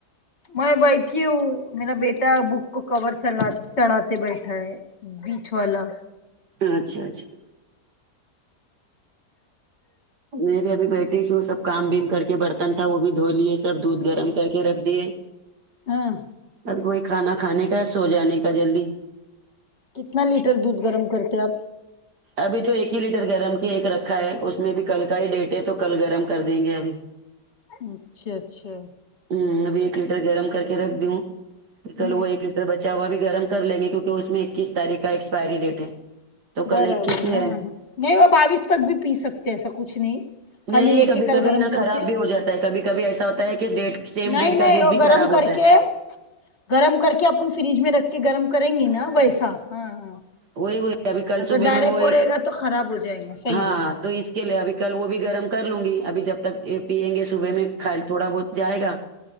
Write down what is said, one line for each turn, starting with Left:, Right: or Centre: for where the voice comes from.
Left: میں بیٹھی ہوں میرا بیٹا بک کو کور چ چلا چڑھاتے بیٹھا ہے بیچ والا
Right: اچھا اچھا میں بھی ابھی بیٹھی ہوں سب کام بیم کر کے برتن تھا وہ بھی دھو لیے سب دودھ گرم کر کے رکھ دیے
Left: ہاں
Right: اور وہی کھانا کھانے کا سو جانے کا جلدی
Left: کتنا لیٹر دودھ گرم کرتے آپ
Right: ابھی تو ایک ہی لیٹر گرم کی ایک رکھا ہے اس میں بھی کل کا ہی ڈیٹ ہے تو کل گرم کر دیں گے ابھی
Left: اچھا اچھا
Right: ہمم ابھی ایک لیٹر گرم کر کے رکھ دی ہوں پھر
Left: ہوں
Right: کل وہ ایک بچا ہوا بھی گرم کر لیں گے کیونکہ اس میں اکیس تاریخ کا ایکسپائری ڈیٹ ہے تو
Left: برابر
Right: کل ایک کیسی
Left: ہاں
Right: ہے
Left: نہیں وہ باویس تک بھی پی سکتے ایسا کچھ نہیں
Right: نہیں
Left: خالی ایک
Right: کبھی
Left: ایکل
Right: کبھی
Left: گرم
Right: نہ
Left: کر
Right: خراب
Left: کے
Right: بھی ہو جاتا ہے کبھی کبھی ایسا ہوتا ہے کہ ڈیٹ سیم
Left: نہیں
Right: ڈیٹ کا
Left: نہیں
Right: دودھ
Left: وہ
Right: بھی
Left: گرم
Right: خراب ہوتا
Left: کر
Right: ہے
Left: کے گرم کر کے اپن فریج میں رکھ کے گرم کریں گے نا ویسے اچھا ہاں ہاں
Right: وہی وہی ابھی کل
Left: اگر
Right: صبح
Left: ڈائریکٹ
Right: میں وہ ایک
Left: ہو رہے گا تو خراب ہو جائیں گا صحیح
Right: ہاں
Left: بولی
Right: تو اس کے لیے ابھی کل وہ بھی گرم کر لوں گی ابھی جب تک پیئیں گے صبح میں کل تھوڑا بہت جائے گا